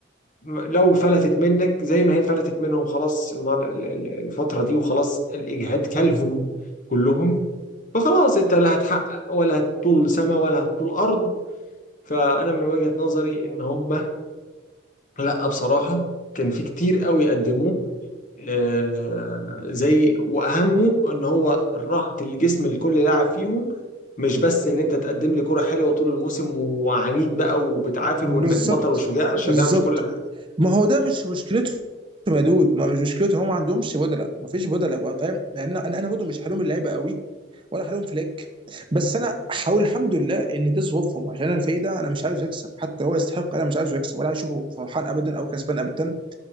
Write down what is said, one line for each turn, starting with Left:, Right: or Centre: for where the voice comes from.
Left: م- لو فلتت منك زي ما هي فلتت منهم خلاص المر- ال- ال- الفترة دي وخلاص الإجهاد كلهم كلهم فخلاص أنت لا هتحقق ولا هتطول سما ولا هتطول أرض فانا من وجهة نظري ان هم لا بصراحة كان في كتير قوي قدموه آه، زي واهمه ان هو راحة الجسم لكل لاعب فيهم مش بس ان انت تقدم لي كرة حلوة طول الموسم وعنيد بقى وبتعافر
Right: بالظبط
Left: وانك بطل وشجاع
Right: بالظبط
Left: الشجاعة مش كل حاجة
Right: ما هو ده مش مشكلتهم يا دود ما مش مشكلتهم هم ما عندهمش بدلاء ما فيش بدلاء بقى فاهم يعني انا انا أنا برضه مش حلوم اللعيبه قوي ولا حلوم فليك بس انا حاول الحمد لله ان ده ظروفهم عشان انا الفريق ده انا مش عايزه يكسب حتى لو هو يستحق انا مش عايزه يكسب ولا عايز اشوفه فرحان ابدا او كسبان ابدا